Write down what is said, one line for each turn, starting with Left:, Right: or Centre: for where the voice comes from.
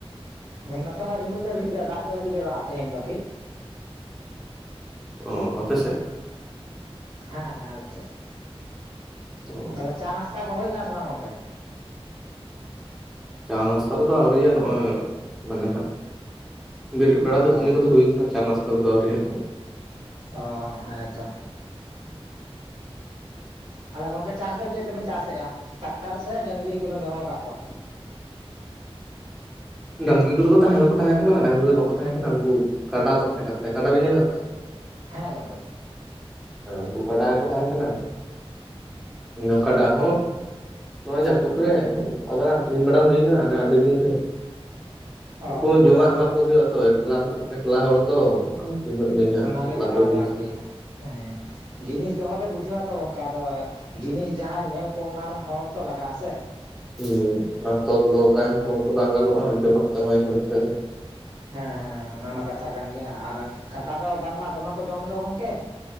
Right: ᱱᱚᱛᱮ ᱦᱚᱸ ᱨᱤᱢᱤᱞ ᱫᱚ ᱨᱤᱢᱤᱞ ᱜᱮᱭᱟ ᱫᱟᱜ ᱫᱚ ᱟᱹᱣᱨᱤ ᱡᱚᱨᱚᱜᱼᱟ ᱛᱮᱦᱮᱧ ᱫᱚ ᱠᱤ
Centre: ᱚ ᱟᱯᱮᱥᱮᱫ
Right: ᱦᱮᱸ ᱦᱮᱸ ᱟᱫᱚ ᱥᱮᱫ
Centre: ᱚ
Right: ᱛᱟᱦᱚᱞᱮ ᱪᱟ ᱱᱟᱥᱛᱟ ᱠᱚ ᱦᱩᱭ ᱟᱠᱟᱱᱟ ᱥᱮ ᱵᱟᱝ ᱜᱚᱝᱠᱮ
Centre: ᱪᱟ ᱱᱟᱥᱛᱟ ᱠᱚᱫᱚ ᱟᱹᱣᱨᱤᱭᱟ ᱱᱚᱜᱼᱚᱭ ᱢᱟᱱᱮ ᱦᱟᱜ ᱵᱮᱨᱮᱫ ᱵᱟᱲᱟ
Right: ᱚ
Centre: ᱫᱟᱹᱛᱱᱤ
Right: ᱚ
Centre: ᱠᱚᱫᱚ ᱦᱩᱭ ᱪᱟᱱᱟᱪ ᱛᱟᱠ ᱫᱚ ᱟᱣᱨᱤᱭᱟᱜ-ᱟ <unintelligible>
Right: ᱚ ᱦᱮᱸ ᱛᱚ ᱛᱟᱦᱚᱞᱮ ᱜᱚᱝᱠᱮ ᱪᱟᱥ ᱫᱚ ᱪᱮᱫ ᱛᱮᱵᱮᱱ ᱪᱟᱥ ᱮᱜ-ᱟ ᱴᱟᱠᱴᱟᱨ ᱥᱮ ᱰᱟᱹᱝᱨᱤ ᱠᱚᱵᱮᱱ ᱫᱚᱦᱚ ᱟᱠᱟᱫ ᱠᱚᱣᱟ
Centre: ᱰᱟᱝᱨᱤ ᱠᱚᱫᱚ ᱛᱟᱦᱮᱸ ᱫᱚᱠᱚ ᱛᱟᱦᱮᱸ ᱠᱟᱱᱟ ᱰᱟᱝᱨᱤ ᱫᱚ ᱵᱟᱠᱚ ᱛᱟᱦᱮᱸ ᱠᱟᱱᱟ ᱩᱱᱠᱩ ᱠᱟᱰᱟ ᱠᱚ ᱛᱟᱦᱮᱸ ᱠᱟᱱ ᱛᱟᱞᱮᱭᱟ ᱠᱟᱰᱟ ᱵᱮᱱ ᱧᱮᱞ ᱟᱠᱟᱫ ᱠᱚᱣᱟ
Right: ᱦᱮᱸ ᱜᱚᱝᱠᱮ
Centre: ᱩᱱᱠᱩ ᱜᱟᱰᱟ ᱜᱮᱠᱚ ᱛᱟᱦᱮᱸ ᱠᱟᱱᱟ ᱤᱧ ᱦᱚᱸ ᱠᱟᱰᱟ ᱦᱚᱸ ᱱᱚᱜ-ᱚᱭ ᱡᱟᱹᱯᱩᱫ ᱨᱮ ᱟᱫᱷᱟ ᱟᱠᱷᱨᱤᱧ ᱵᱟᱲᱟ ᱦᱩᱭ ᱮᱱᱟ ᱟᱹᱰᱤ ᱫᱤᱱ ᱨᱮ
Right: ᱚ
Centre: ᱩᱝᱠᱩ ᱡᱚᱢᱟᱜ ᱮᱢᱟ ᱠᱚ ᱦᱳᱭᱳᱜᱼᱟ ᱛᱚ, ᱮᱠᱞᱟ ᱮᱠᱞᱟ ᱦᱚᱲ ᱛᱚ ᱛᱤᱱᱟᱹᱜ ᱞᱟᱹᱭ ᱦᱟᱸᱜ
Right: ᱚᱱᱟᱜᱮ
Centre: ᱮᱠᱞᱟ
Right: ᱡᱟᱞᱟ
Centre: ᱛᱚ
Right: ᱫᱚ
Centre: ᱦᱮᱸ
Right: ᱟᱨᱠᱤ ᱦᱮᱸ ᱡᱤᱱᱤᱥ ᱫᱚᱦᱚ ᱫᱚ ᱵᱩᱡᱷᱟᱹ ᱟ ᱛᱚ ᱜᱚᱝᱠᱮ ᱟᱫᱚ ᱡᱤᱱᱤᱥ ᱡᱟᱦᱟᱸᱭ ᱧᱮᱞ ᱠᱚ ᱚᱱᱟᱨᱮᱱ ᱦᱚᱲ ᱛᱚ ᱞᱟᱜᱟᱜᱼᱟ ᱥᱮ
Centre: ᱦᱮᱸ ᱟᱨ ᱛᱚᱞ ᱫᱚᱦᱚ ᱠᱟᱭ ᱦᱚᱸᱛᱚ ᱵᱟᱝ ᱜᱟᱱᱚᱜᱼᱟ ᱡᱚᱢᱟᱜ ᱛᱚ ᱮᱢᱟᱭ ᱦᱩᱭᱩᱜ-ᱟ ᱥᱮ
Right: ᱦᱮᱸ ᱦᱮᱸ ᱚᱱᱟ ᱢᱟ ᱠᱟᱛᱷᱟ ᱠᱟᱱ ᱜᱮᱭᱟ ᱟᱨ ᱠᱟᱰᱟ ᱫᱚ ᱵᱟᱝᱢᱟ ᱫᱚᱢᱮᱜ ᱠᱚ ᱡᱚᱢ ᱫᱚ ᱜᱚᱝᱠᱮ